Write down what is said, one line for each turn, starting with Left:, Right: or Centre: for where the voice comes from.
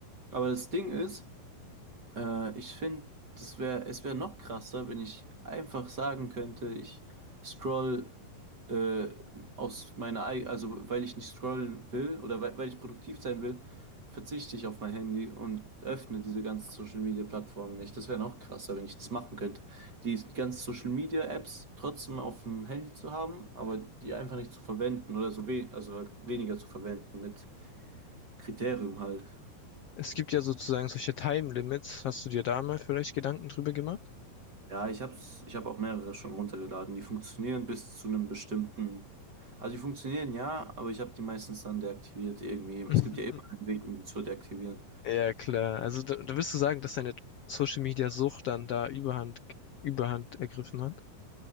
Right: Aber das Ding ist, äh, ich finde, das wäre, es wäre noch krasser, wenn ich einfach sagen könnte, ich scroll äh, aus meiner, ei- also weil ich nicht scrollen will oder weil, weil ich produktiv sein will, verzichte ich auf mein Handy und öffne diese ganzen Social Media Plattformen nicht. Das wäre noch krasser, wenn ich das machen könnte. Die ganzen Social Media Apps trotzdem auf dem Handy zu haben, aber die einfach nicht zu verwenden oder so we also halt weniger zu verwenden mit Kriterium halt.
Left: Es gibt ja sozusagen solche Time Limits. Hast du dir da mal vielleicht Gedanken drüber gemacht?
Right: Ja, ich hab's, ich habe auch mehrere schon runtergeladen. Die funktionieren bis zu einem bestimmten. Also die funktionieren ja, aber ich habe die meistens dann deaktiviert irgendwie. Es
Left: <laughs>
Right: gibt ja immer einen Weg, um die zu deaktivieren.
Left: Ja, klar. Also da, da wirst du sagen, dass deine Social Media Sucht dann da Überhand, Überhand ergriffen hat.